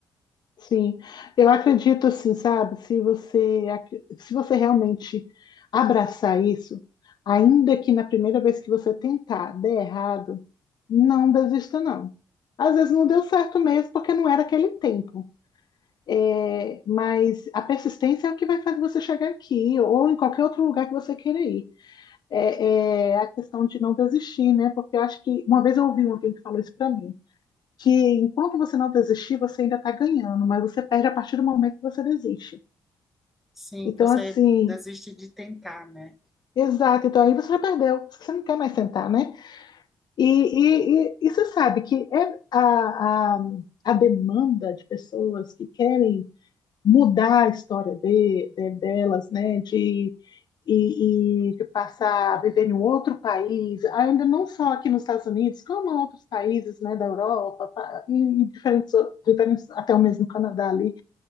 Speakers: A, on the left (about 55°); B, in the centre.
A: Sim, eu acredito assim, sabe? Se você, ac- se você realmente abraçar isso, ainda que na primeira vez que você tentar der errado, não desista, não. Às vezes não deu certo mesmo, porque não era aquele tempo. É, mas a persistência é o que vai fazer você chegar aqui, ou em qualquer outro lugar que você queira ir. É, é a questão de não desistir, né? Porque eu acho que uma vez eu ouvi um alguém que falou isso pra mim que enquanto você não desistir, você ainda está ganhando, mas você perde a partir do momento que você desiste.
B: Sim,
A: Então,
B: você
A: assim,
B: desiste de tentar, né?
A: exato. Então, aí você já perdeu, você não quer mais sentar, né? E, e, e, e você sabe que é a, a, a demanda de pessoas que querem mudar a história de, de- delas, né? De, e, e de passar a viver em um outro país, ainda não só aqui nos Estados Unidos, como em outros países, né, da Europa, e, e diferentes, diferentes, até o mesmo Canadá ali.